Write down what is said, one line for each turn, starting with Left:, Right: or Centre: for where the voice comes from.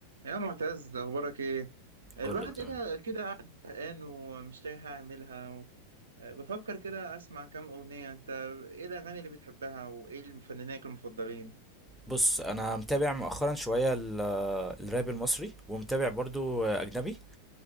Right: يا معتز اخبارك ايه الواحد
Centre: كله تمام
Right: كده كده قاعد زهقان ومش لاقي حاجه اعملها و... بفكر كده اسمع كام اغنيه انت ايه الاغاني اللي بتحبها وايه المفنانين المفضلين
Centre: بص انا متابع مؤخرا شويه ال- آه، الراب المصري ومتابع برضو اجنبي